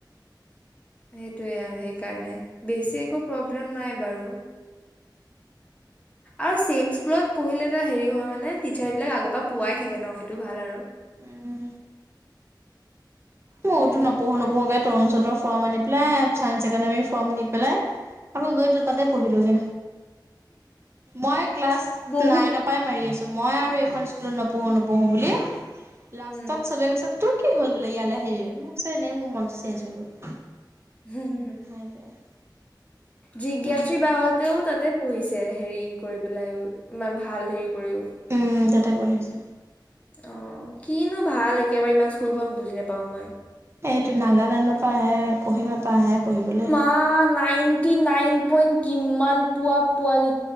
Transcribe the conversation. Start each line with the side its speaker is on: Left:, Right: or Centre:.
Left: সেইটোৱে আৰু সেইকাৰণে বেছি একো প্ৰব্লেম নাই বাৰু। আৰু চেম স্কুলত পঢ়িলে এটা হেৰি হয় মানে টিচাৰবিলাক আগৰ পৰা পোৱাই থাকে ন সেইটো ভাল আৰু।
Right: উম। মইয়োতঝ
Left: বেলেগ
Right: নপঢ়ো-
Left: একো
Right: নপঢ়োকে
Left: নাই
Right: তৰুণ চণৰ ফৰ্ম আনি পেলাই চাইন্স একাডেমীৰ ফৰ্ম নি পেলাই আকৌ গৈতো তাতে পঢ়িলোগে। মই ক্লাছ নাইন
Left: বহু
Right: ৰ পৰাই মাৰি আছোঁ। মই আৰু এইখন স্কুলত নপঢ়ো- নপঢ়ো বুলি লাষ্টত
Left: উম
Right: চবে কৈছে তোৰ কি হ'ল বোলে ইয়ালে আহিলি মই কৈছোঁ এনেই মোৰ মনটো চেঞ্জ হৈ গ'ল।
Left: হুম, হুম।
Right: <unintelligible>
Left: জিজ্ঞাছি
Right: উম
Left: বা হতেও তাতে পঢ়িছে হেৰি কৰি পেলাইও ইমান ভাল হেৰি কৰিও।
Right: উম, তাতে পঢ়িছে।
Left: অ কিনো ভাল একেবাৰে ইমান স্কুলখন বুজি নাপাওঁ মই।
Right: এইটো নাগালেণ্ডৰ পৰা আহে, কহিমাৰ পৰা আহে পঢ়িবলৈ।
Left: অ নাইন তি নাইন পইণ্ট কিমান পোৱা পোৱালি